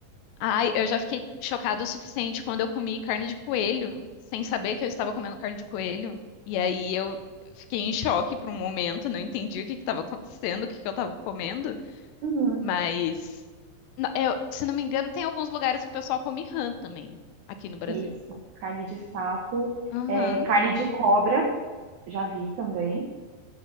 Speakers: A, on the left; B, on the right.
A: Ai, eu já fiquei chocada o suficiente quando eu comi carne de coelho, sem saber que eu estava comendo carne de coelho. E aí eu fiquei em choque por um momento, não entendi o que que estava acontecendo, o que que eu estava comendo.
B: Uhum,
A: Mas, na- eu- se não me engano, tem alguns lugares que o pessoal come rã também, aqui no Brasil.
B: isso, carne de sapo,
A: Aham.
B: é, carne de cobra, já vi também.